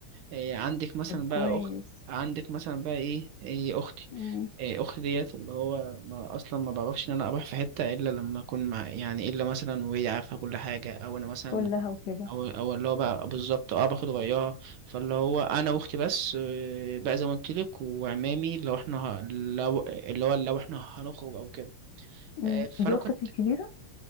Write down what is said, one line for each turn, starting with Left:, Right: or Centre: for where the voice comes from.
Right: آه عندك مثلا
Left: طب كويس
Right: بقى اخت عندك مثلا بقى ايه, إيه اختي
Left: مم.
Right: آه اختي ديت اللي هو ما اصلا ما بعرفش ان انا اروح في حته الا لما اكون مع يعني الا مثلا وهي عارفه كل حاجه او انا مثلا
Left: تقول لها وكده
Right: او او اللي هو بقى بالظبط اه باخد رأيها فاللي هو انا واختي بس آه، بقى زي ما قلت لك وعمامي لو احنا ه... لو اللي هو لو احنا هنخرج او كده
Left: مم.
Right: آه، فانا
Left: دي
Right: كنت
Left: أختك الكبيرة